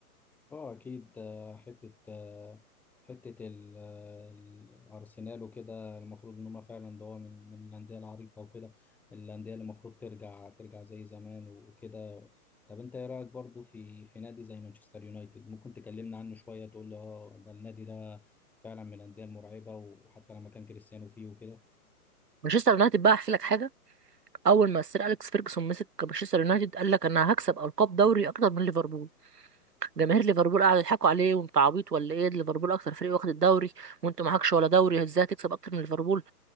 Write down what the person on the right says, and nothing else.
مانشستر يونايتد بقى أحكي لك حاجة أول ما السير أليكس فيرجسون مسك مانشستر يونايتد قال لك أنا هكسب ألقاب دوري أكتر من ليفربول جماهير ليفربول قاعدة يضحكوا عليه وانت عبيط ولا ايه ليفربول اكتر فريق واخد الدوري وانت معكش ولا دوري ازاي هتكسب اكتر من ليفربول